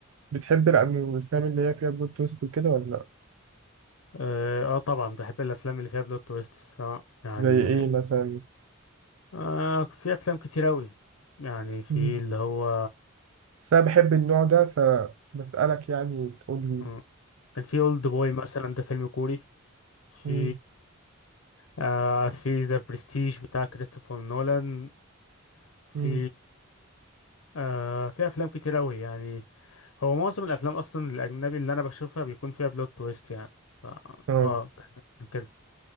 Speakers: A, on the right (about 75°); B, on the left (about 75°).
A: بتحب الأنو- الافلام اللي هي فيها بلوت تويست وكده ولا لا
B: اه آه، طبعا بحب الافلام اللي فيها بلوت تويست اه يعني
A: زي ايه مثلا
B: آه في افلام كتير اوي يعني في
A: مم.
B: اللي هو
A: بس انا بحب النوع ده فبسألك يعني تقول لي
B: مم. كان في اولد بوي مثلا ده فيلم كوري في
A: فاهم؟
B: آه في ذا برستيج بتاع كريستوفر نولان في
A: مم.
B: آه في افلام كتير قوي يعني هو معظم الافلام اصلا الاجنبي اللي انا بشوفها بيكون فيها بلوت تويست يعني ف-
A: اه
B: اه كان كده